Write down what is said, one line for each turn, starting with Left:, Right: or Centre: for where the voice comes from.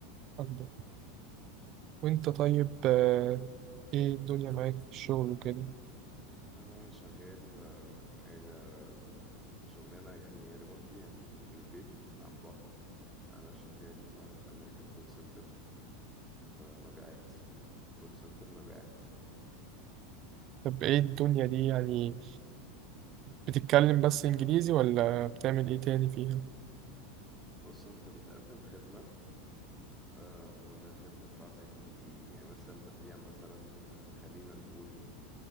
Right: أكبر وانت طيب آه، ايه الدنيا معاك في الشغل وكده
Centre: أنا شغال آه، حاجة شغلانة يعني ريموتلي يعني من من البيت عن بعد أنا شغال أمريكان كول سنتر مبيعات كول سنتر مبيعات
Right: طب ايه الدنيا دي يعني بتتكلم بس انجليزي ولا بتعمل ايه تاني فيها
Centre: فبص أنت بتقدم خدمة آه، وان الخدمة بتاعتك دي يعني مثلا ببيع مثلا آه، خلينا نقول